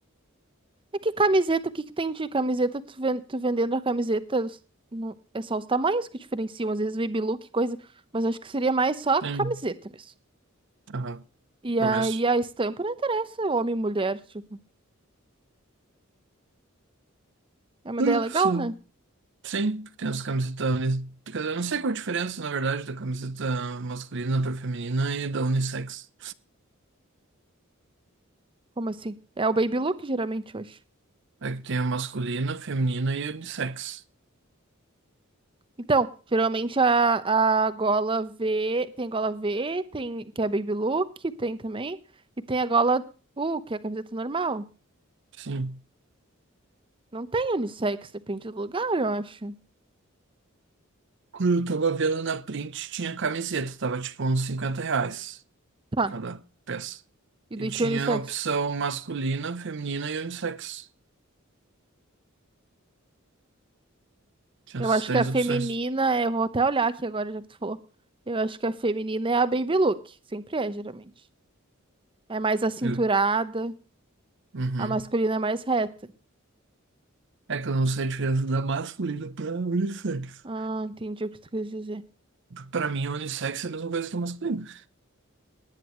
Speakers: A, on the right; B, on the right.
A: É que camiseta, o que que tem de camiseta? Tu, ven- tu vendendo a camiseta, os- não- é só os tamanhos que diferenciam, às vezes baby look, coisa, mas acho que seria mais só
B: Sim.
A: camiseta mesmo.
B: Aham.
A: E
B: Começo.
A: aí a estampa não interessa homem e mulher, tipo. É uma
B: Ah,
A: ideia legal,
B: só.
A: né?
B: Sim, porque tem as camisetas. uni- Quer dizer, eu não sei qual a diferença, na verdade, da camiseta masculina para feminina e da unissex.
A: Como assim? É o baby look, geralmente, eu acho.
B: É que tem a masculina, feminina e unissex.
A: Então, geralmente a, a gola V, tem a gola V, tem, que é baby look, tem também, e tem a gola U, que é a camiseta normal.
B: Sim.
A: Não tem unissex, depende do lugar, eu acho.
B: Quando eu tava vendo na print, tinha camiseta, tava tipo uns 50 reais
A: Tá,
B: cada peça.
A: e
B: E
A: daí
B: tinha
A: tinha unissex.
B: a opção masculina, feminina e unissex. Tinha
A: Eu
B: essas
A: acho
B: três
A: que a feminina,
B: opções.
A: é- eu vou até olhar aqui agora, já que tu falou. Eu acho que a feminina é a baby look, sempre é, geralmente. É mais acinturada.
B: Eu- Uhum.
A: A masculina é mais reta.
B: É que eu não sei a diferença da masculina pra unissex.
A: Ah, entendi o que tu quis dizer.
B: Pra mim, a unissex é a mesma coisa que a masculina.